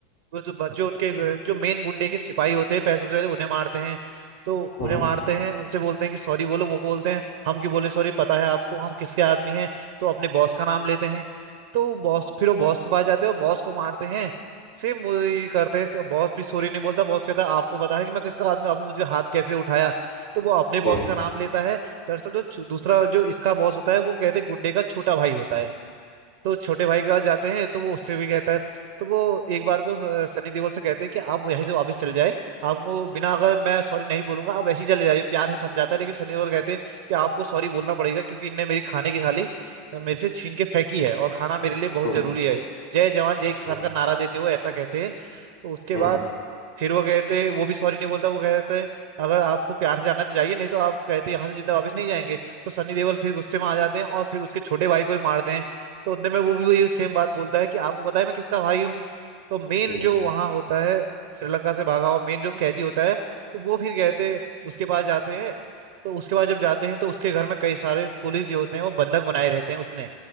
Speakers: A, on the right (about 50°); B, on the left (about 70°).
A: उस ब- जो उनके ग- जो मेन गुंडे के सिपाही होते हैं पह- सबसे पहले उन्हें मारते हैं तो
B: हम्म
A: उन्हें मारते हैं उनसे बोलते हैं कि सॉरी बोलो वो को बोलते हैं हम क्यों बोले सॉरी पता है आपको हम किसके आदमी हैं तो अपने बॉस का नाम लेते हैं तो बॉस फिर वो बॉस के पास जाते हैं और बॉस को मारते हैं सेम वही करते हैं तो बॉस भी सॉरी नहीं बोलता बॉस कहता है आपको पता है कि मैं किसका आदमी हूँ? आपने मुझे हाथ कैसे उठाया तो वो अपने बॉस
B: हम्म
A: का नाम लेता है दरअसल जो छ- दूसरा जो इसका बॉस होता है वो कहते हैं गुंडे का छोटा भाई होता है तो छोटे भाई के पास जाते हैं तो वो उससे भी कहता है तो वो एक बार को अ, सनी देओल से कहते हैं कि आप यहीं से वापस चले जाए आपको बिना अगर मैं सॉरी नहीं बोलूंगा आप वैसे ही चले जाइए प्यार से समझाता है लेकिन सनी देओल कहते हैं कि आपको सॉरी बोलना पड़ेगा क्योंकि इनने मेरी खाने की थाली अ, मेरे से छीन के फेंकी है और खाना मेरे लिए बहुत
B: हम्म
A: जरूरी है जय जवान जय
B: हम्म
A: किसान का नारा देते हुए ऐसा कहते हैं तो उसके
B: हम्म
A: बाद फिर वो कहते वो भी सॉरी नहीं बोलता वो कहते हैं अगर आपको प्यार से जाना है तो जाइए नहीं तो आप कहते हैं यहाँ से जिंदा वापस नहीं जाएंगे तो सनी देओल फिर गुस्से में आ जाते हैं और फिर उसके छोटे भाई को ही मारते हैं तो उतने में वो भी वही सेम बात बोलता है कि आपको पता है मैं किसका भाई हूँ तो मेन
B: हम्म
A: जो वहां होता है श्रीलंका से भागा हुआ मेन जो कैदी होता है तो वो फिर कहते उसके पास जाते हैं तो उसके बाद जब जाते हैं तो उसके घर में कई सारे पुलिस जो होते हैं वो बंधक बनाए रहते हैं उसने